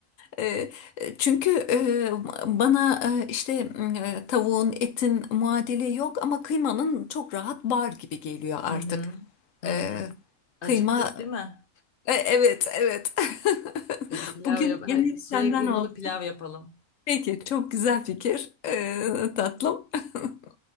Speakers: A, on the left; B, on the left.
A: E, e, Çünkü e, bana e, işte e, tavuğun, etin muadili yok ama kıymanın çok rahat bar gibi geliyor artık.
B: Hı hı. Hı
A: E,
B: hı. Acıktık
A: Kıyma,
B: değil mi?
A: E, evet, evet. <laughs>
B: Hadi pilav
A: Bugün
B: yap.
A: yemek
B: Hayır, soya
A: senden
B: kıymalı
A: oldu.
B: pilav yapalım.
A: Peki, çok güzel fikir, E, tatlım. <laughs>